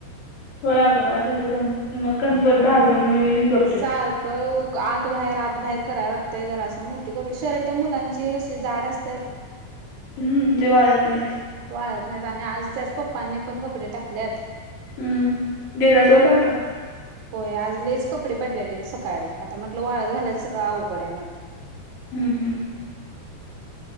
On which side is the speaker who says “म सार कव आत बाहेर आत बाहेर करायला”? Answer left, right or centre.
Right